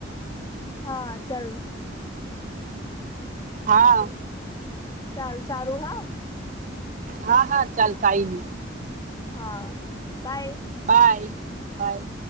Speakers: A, on the left (about 20°); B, on the right (about 40°).
A: હા ચાલ.
B: હા.
A: ચાલ સારું હા
B: હા, હા ચાલ કાઈ નહીં.
A: હા બાય.
B: બાય-બાય.